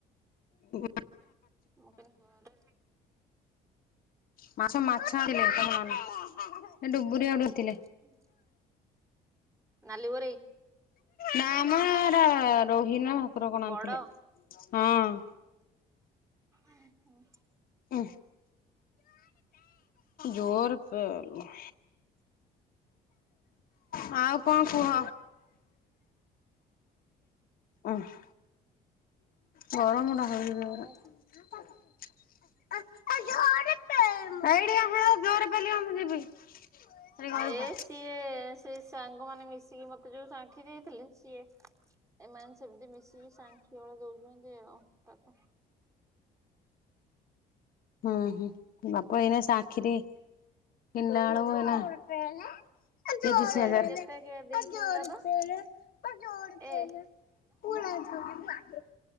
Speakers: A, on the left; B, on the right.
A: <unintelligible> <unintelligible>
B: ମୁଁ କହିଲି ଘରେ
A: ମାଛ ମାଛ ଆଣିଥିଲେ ତମ ନନା। ସେ ଡୁବୁରି ଆଡୁ ଆଣିଥିଲେ।
B: ହୁଁ। ନାଲି ବୋରେଇ।
A: ନାମ ଏରା ରୋହି ନା ଭାକୁର କଣ
B: ବଡ
A: ଆଣିଥିଲେ ହଁ।
B: ଓହୋ।
A: ଉଁ ଜୋରେ ପେଲେ। ହଁ ଆଉ କଁ କୁହ? ଓହ। ଗରମ ଟା ହଉଚି ଜୋରେ।
B: ଆଉ
A: <inaudible> ଏଇଠିକି ଆସିଲ ଜୋରରେ ପେଲିବ ମୁଁ ଯିବି। ଏଇ ଘରକୁ।
B: ଏ ସିଏ ସେଇ ସାଙ୍ଗମାନେ ମିଶିକି ମତେ ଯୋଉ ସାଙ୍ଖି ଦେଇଥିଲେ ସିଏ ଏମାନେ ସେମିତି ମିଶିକି ସାଙ୍ଖି ହଳେ ଦଉଛନ୍ତି ଆଉ ତାକୁ।
A: ହୁଁ ହୁଁ ବାପ ଏଇନା ସାଙ୍ଖି ଦି କିଣିଲା ଏଳୁକୁ ଏଇନା ତିରିଶ
B: କେତେ ଦେ
A: ହଜାର
B: କେତେ
A: ଏ
B: ଦେଇ କିଣିଲ
A: ଜୋରେ
B: ତ
A: ପେଲେ ଏ ଜୋରେ ପେଲେ ଏ ଜୋରେ
B: ଏ
A: ପେଲେ। ପୁରା ଛୋଟ <unintelligible>